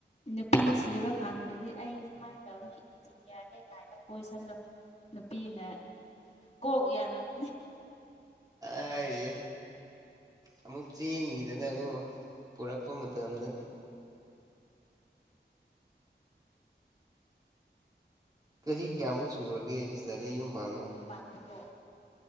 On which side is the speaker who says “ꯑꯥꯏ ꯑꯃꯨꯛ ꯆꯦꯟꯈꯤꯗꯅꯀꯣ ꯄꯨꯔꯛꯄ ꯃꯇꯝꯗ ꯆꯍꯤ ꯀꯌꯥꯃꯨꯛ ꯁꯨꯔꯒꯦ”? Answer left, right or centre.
Right